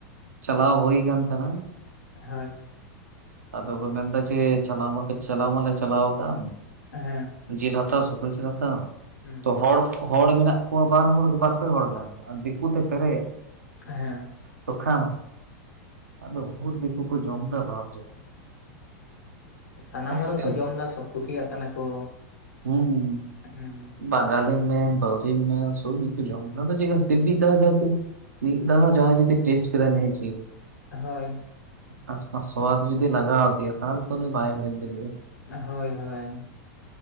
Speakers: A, on the right (about 85°); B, on the left (about 85°).
A: ᱪᱟᱞᱟᱣ ᱦᱳᱭ ᱠᱟᱱ ᱛᱟᱦᱮᱱᱟ,
B: ᱦᱳᱭ,
A: ᱟᱫᱚ ᱠᱚ ᱢᱮᱱᱫᱟ ᱪᱮ ᱪᱟᱞᱟᱣ ᱢᱟᱞᱮ ᱪᱟᱞᱟᱣ ᱢᱟᱞᱮ ᱪᱟᱞᱟᱣ ᱠᱟᱱ ᱾
B: ᱦᱮᱸ,
A: ᱡᱤᱞ ᱦᱟᱛᱟᱣ ᱥᱩᱠᱨᱤ ᱡᱤᱞ ᱦᱟᱛᱟᱣ᱾
B: ᱦᱮᱸ,
A: ᱛᱚ ᱦᱚᱲ ᱦᱚᱲ ᱢᱮᱱᱟᱜ ᱠᱚᱣᱟ ᱵᱟᱨ ᱦᱚᱲ ᱵᱟᱨᱯᱮ ᱦᱚᱲ ᱜᱟᱱ ᱟᱨ ᱫᱤᱠᱩᱛᱮ ᱯᱮᱨᱮᱡ ᱾
B: ᱦᱮᱸ,
A: ᱛᱚᱠᱷᱟᱱ ᱟᱫᱚ ᱩᱫ ᱫᱤᱠᱩ ᱠᱚ ᱡᱚᱢᱫᱟ ᱵᱟᱵ ᱨᱮ ᱾
B: ᱥᱟᱱᱟᱢ ᱦᱚᱲ
A: ᱪᱤᱠᱟᱹᱱ
B: ᱜᱮᱠᱚ ᱡᱚᱢ ᱫᱟ ᱥᱳᱵ ᱠᱩᱥᱤᱭᱟᱜ ᱠᱟᱱᱟ ᱠᱚ᱾
A: ᱦᱩᱸ ᱾
B: ᱦᱩᱸ᱾
A: ᱵᱟᱝᱜᱟᱞᱤ ᱢᱮᱱ ᱵᱟᱣᱸᱨᱤ ᱢᱮᱱ ᱥᱚᱵ ᱜᱤ ᱠᱚ ᱡᱚᱢ ᱫᱟ ᱟᱫᱚ ᱪᱤᱠᱟ ᱥᱤᱵᱤ ᱠᱟᱫᱟ ᱠᱚ ᱢᱤᱫ ᱫᱷᱟᱣ ᱡᱟᱦᱟᱸᱭ ᱡᱚᱫᱤ ᱴᱮᱥᱴ ᱠᱮᱫᱟ ᱱᱤᱭᱟᱹ ᱡᱤᱞ
B: ᱦᱳᱭ,
A: ᱯᱟᱥ ᱯᱟᱥ ᱥᱳᱣᱟᱫ ᱡᱩᱫᱤ ᱞᱟᱜᱟᱣ ᱟᱫᱮᱭᱟ ᱛᱟᱦᱚᱞᱮ ᱛᱚ ᱩᱱᱤ ᱵᱟᱭ ᱦᱤᱲᱤᱧ ᱫᱟᱲᱮᱭᱟᱜᱼᱟ᱾
B: ᱦᱳᱭ ᱦᱳᱭ,